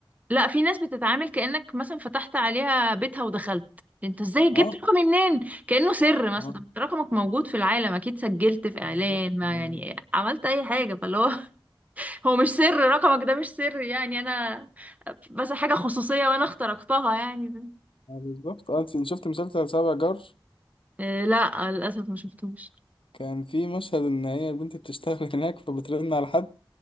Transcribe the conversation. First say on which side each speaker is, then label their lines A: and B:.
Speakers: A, on the right; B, on the left.
A: لا في ناس بتتعامل كأنك مثلا فتحت عليها بيتها ودخلت انت ازاي جبت
B: اه
A: رقمي منين كأنه سر مثلا
B: اه
A: طب رقمك موجود في العالم اكيد سجلت في اعلان
B: بالظبط
A: ما
B: يعني
A: يعني عملت اي حاجة فاللي هو <laughs> هو مش سر رقمك ده مش سر يعني انا بس حاجة خصوصية وانا اخترقتها يعني
B: اه بالظبط اه انت شفت مسلسل سبع جار
A: إيه لا للاسف ما شفتوش
B: كان في مشهد ان هي البنت بتشتغل <laughs> هناك فبترن على حد